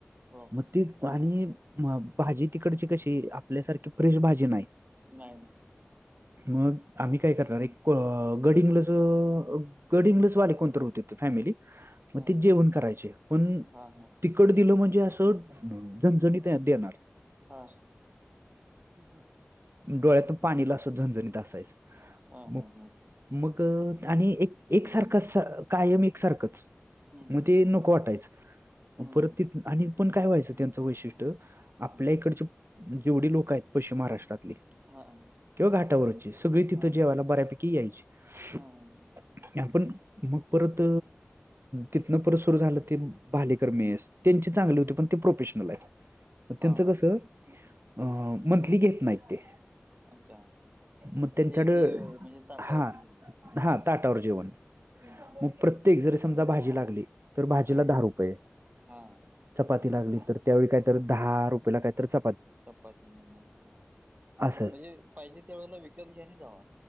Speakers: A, on the right; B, on the right.
A: वापरतात.
B: म <unintelligible> पाणी. म भाजी तिकडची कशी, आपल्यासारखी फ्रेश भाजी नाही.
A: नाही नाही
B: मग आम्ही काय करणार एक गडिंग्लस गडिंग्लस वाले कोणत होते फॅमिली मग
A: हा
B: ते जेवण करायचे पण
A: हा
B: तिकड दिलं म्हणजे असं ह जनजणी ते देणार
A: हा हा
B: डोळ्यातून पाणीला असं झणझणीत असायचं
A: हा हा
B: मग
A: हा
B: मग आणि एक एकसारखं कायम एकसारखंच
A: हम्म.
B: मग ते नको वाटायचं
A: हम्म
B: परत
A: हम्म
B: ति आणि पण काय व्हायचं त्यांचं वैशिष्ट्य
A: हम्म
B: आपल्या इकडचे जेवढे लोक आहेत पश्चिम महाराष्ट्रातले
A: हा हा
B: किंवा घाटावरची सगळी तिथं
A: हा
B: जेवायला बऱ्यापैकी यायची
A: हा
B: आपण मग परत तिथनं परत सुरू झालं ते भालीकर मेस त्यांचे चांगले होते पण ते प्रोफेशनल आहेतग त्यांचं
A: हा.
B: कसं अ मंथली घेत नाही ते
A: अच्छा
B: मग त्यांच्याड
A: ते देव म्हणजे ताटावरती
B: हा
A: घेणे.
B: हा ताटावर जेवण
A: हम्म
B: मग प्रत्येक जरी समजा भाजी लागली तर भाजीला
A: हा
B: दहा रुपये
A: हा
B: चपाती लागली तर त्यावेळी काय तर दहा रुपयाेला काय तर च
A: चपाती म्हणणार
B: असं
A: म्हणजे पाहिजे ते वेळेला विकत घ्यानी जाव